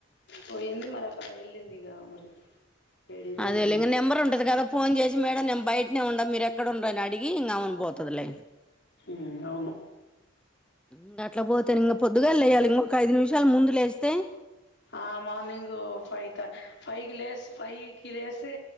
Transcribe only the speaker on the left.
పోయింది మరి అక్కడ వెళ్ళింది గా మరి ఏడికి పోయిందో
మరి
మ్ అవును
ఆ మార్నింగ్ ఫైవ్ త ఫైవ్ కి లే ఫైవ్ కి లేస్తే